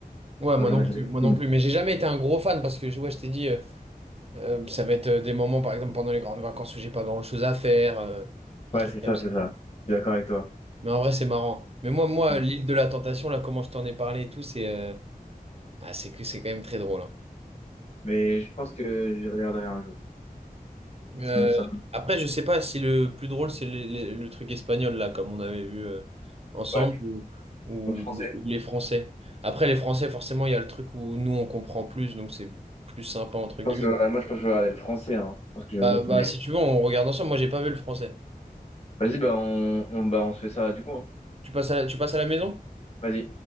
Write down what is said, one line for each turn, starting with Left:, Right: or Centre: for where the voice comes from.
Right: Ouais,
Left: Genre,
Right: moi
Left: j'en
Right: non
Left: ai regardé
Right: plus, moi
Left: qu'une.
Right: non plus. Mais j'ai jamais été un gros fan parce que, ouais, je t'ai dit, euh, euh, ça va être euh, des moments, par exemple, pendant les grandes vacances où j'ai pas grand-chose à faire, euh, des
Left: Ouais,
Right: trucs
Left: c'est
Right: comme
Left: ça,
Right: ça.
Left: c'est ça. Je suis d'accord avec toi.
Right: Mais en vrai, c'est marrant. Mais moi, moi,
Left: Ouais.
Right: l'île de la tentation, là, comment je t'en ai parlé et tout, c'est, euh, ah, c'est que c'est quand même très drôle. hein.
Left: Mais je pense que je regarderai un jour.
Right: Euh,
Left: Ça me, ça me-
Right: après, je sais pas si le plus drôle, c'est le, le- le truc espagnol, là, comme on avait vu euh, ensemble,
Left: Ouais.
Right: ou, ou
Left: Ou le français.
Right: le- ou les Français. Après, les Français, forcément, il y a le truc où nous, on comprend plus, donc c'est plus sympa, entre guillemets.
Left: Je pense que, ouais, moi, je pense que je vais regarder le français. Hein. Je pense que je
Right: Bah,
Left: vais me mettre
Right: bah,
Left: dedans.
Right: si tu veux, on regarde ensemble. Moi, j'ai pas vu le français.
Left: Vas-y, bah, on, on, bah, on se fait ça du coup. hein.
Right: Tu passes à la, tu passes à la maison?
Left: Vas-y.